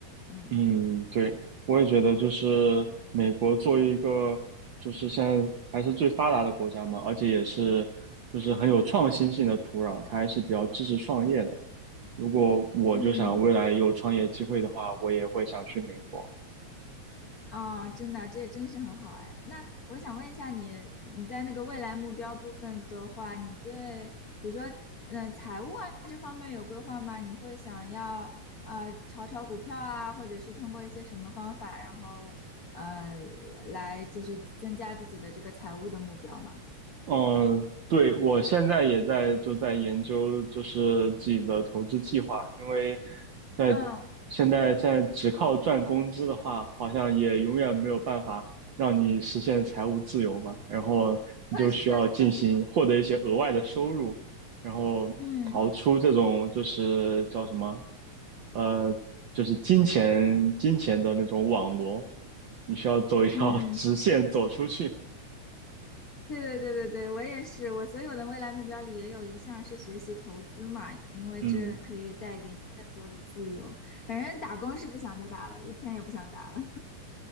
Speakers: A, on the left (about 70°); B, on the right (about 65°).
A: 嗯。
B: 嗯，对，我也觉得就是美国作为一个就是现在还是最发达的国家嘛，而且也是就是很有创新性的土壤，它还是比较支持创业的。如果我就想未来有创业机会的话，
A: 嗯。
B: 我也会想去美国。
A: 哦，真的，这真是很好哎。那我想问一下你，你在那个未来目标部分的话，你对比如说，嗯、财务啊这方面有规划吗？你会想要呃炒炒股票啊，或者是通过一些什么方法，然后呃来就是增加自己的这个财务的目标吗？
B: 嗯，对，我现在也在就在研究，就是自己的投资计划，因为在
A: 嗯，
B: 现在现在只靠赚工资的话，好像也永远没有办法让你实现财务自由嘛。然后你就需要进行获得一些额外的收入，
A: <laughs> 那是的，是的，
B: 然后逃出这种就是叫什么，
A: 嗯
B: 呃，就是金钱金钱的那种网罗，你需要走一条
A: 嗯，
B: <laughs> 直线走出去。
A: 对对对对对，我也是，我所有的未来目标里也有一项是学习投资嘛，因为这可以带给你更多的自由。
B: 嗯，
A: 反正打工是不想再打了，一天也不想打了。